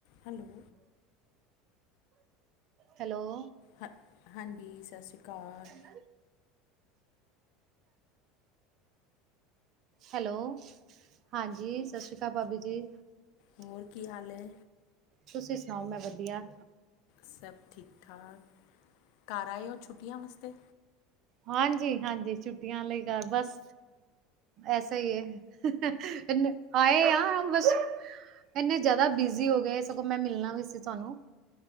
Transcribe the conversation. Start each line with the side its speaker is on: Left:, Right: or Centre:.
Left: Hello.
Right: Hello.
Left: ਹ ਹਾਂਜੀ, ਸਤਿ ਸ਼੍ਰੀ ਅਕਾਲ।
Right: <unintelligible> ਹੈਲੋ। ਹਾਂਜੀ, ਸਤਿ ਸ਼੍ਰੀ ਅਕਾਲ ਭਾਬੀ ਜੀ
Left: ਹੋਰ ਕੀ ਹਾਲ ਏ?
Right: ਤੁਸੀਂ ਸੁਣਾਓ, ਮੈਂ ਵਧੀਆ।
Left: ਸਭ ਠੀਕ ਠਾਕ, ਘਰ ਆਏ ਹੋ ਛੁੱਟੀਆਂ ਵਾਸਤੇ?
Right: ਹਾਂਜੀ-ਹਾਂਜੀ, ਛੁੱਟੀਆਂ ਲਈ ਕਰ ਬਸ, ਐਸਾ ਹੀ ਏ। ਇਸਨੇ ਹਾਂ ਏ ਆ ਬਸ ਇਨੇ ਜ਼ਿਆਦਾ ਬਿਜੀ ਹੋ ਗਏ ਸਗੋਂ ਮੈਂ ਮਿਲਣਾ ਵੀ ਸੀ ਤੁਹਾਨੂੰ।